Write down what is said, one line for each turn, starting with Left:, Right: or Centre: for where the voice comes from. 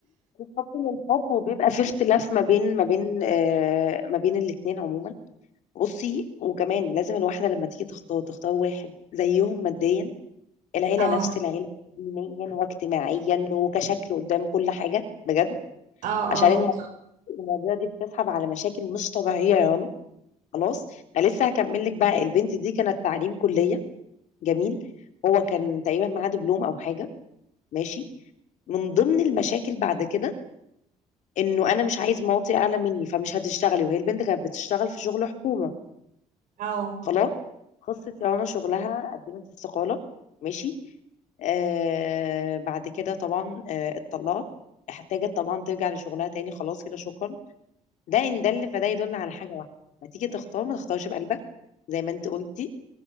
Left: الحب من الحب وبيبقى في اختلاف ما بين ما بين آه ما بين الاتنين عموما بصي وكمان لازم الواحدة لما تيجي تختار تختار واحد زيهم ماديا العيلة
Right: اه
Left: نفس العيلة دينيا واجتماعيا وكشكل قدام كل حاجة بجد
Right: اه
Left: عشان
Right: اه
Left: المواضيع المواضيع دي بتسحب على مشاكل مش طبيعية يا رنا خلاص انا لسه هكمل لك بقى البنت دي كانت تعليم كلية جميل هو كان تقريبا معاه دبلوم او حاجة ماشي من ضمن المشاكل بعد كده انه انا مش عايز مواطي اعلى مني فمش هتشتغلي وهي البنت كانت بتشتغل في شغل حكومه
Right: اه
Left: خلاص خلصت
Right: تمام
Left: يا رنا شغلها قدمت استقاله ماشي آه بعد كده طبعا آه اتطلقت احتاجت طبعا ترجع لشغلها تاني خلاص كده شكرا ده ان دل فده يدل على حاجه واحده ما تيجي تختار ما تختارش بقلبك زي ما انت قلتي